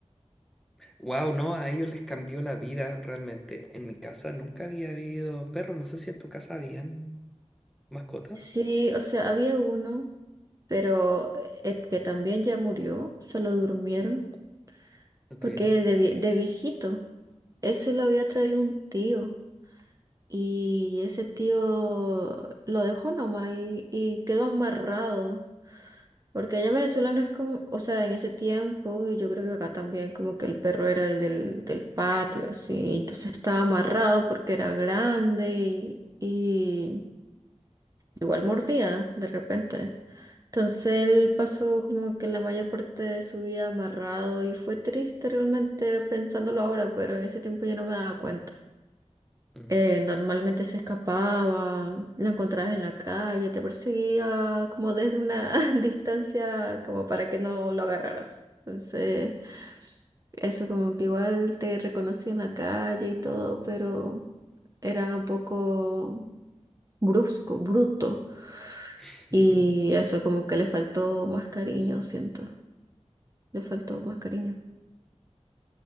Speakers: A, in the centre; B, on the right (about 30°).
A: wow, no, a ellos les cambió la vida realmente. En mi casa nunca había habido perros. No sé si en tu casa habían mascotas.
B: Sí, o sea, había uno, pero eh, que también ya murió, se lo durmieron,
A: Ok.
B: porque de, vie- de viejito, eso lo había traído un tío. Y ese tío lo dejó nomás y, y quedó amarrado. Porque allá en Venezuela no es como, o sea, en ese tiempo, y yo creo que acá también, como que el perro era el del, del patio, así. Entonces estaba amarrado porque era grande y, y igual mordía de repente. Entonces él pasó como que la mayor parte de su vida amarrado y fue triste realmente pensándolo ahora, pero en ese tiempo yo no me daba cuenta.
A: mm.
B: Eh, normalmente se escapaba, lo encontrabas en la calle, te perseguía como desde una <laughs> distancia como para que no lo agarraras. Entonces, eso como que igual te reconocía en la calle y todo, pero era un poco brusco, bruto.
A: <laughs>
B: Y eso como que le faltó más cariño, siento, le faltó más cariño.